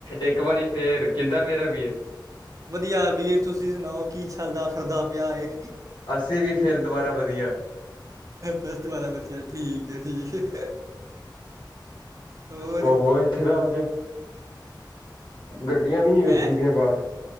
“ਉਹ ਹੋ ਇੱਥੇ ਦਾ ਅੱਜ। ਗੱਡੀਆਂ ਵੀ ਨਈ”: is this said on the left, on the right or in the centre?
Left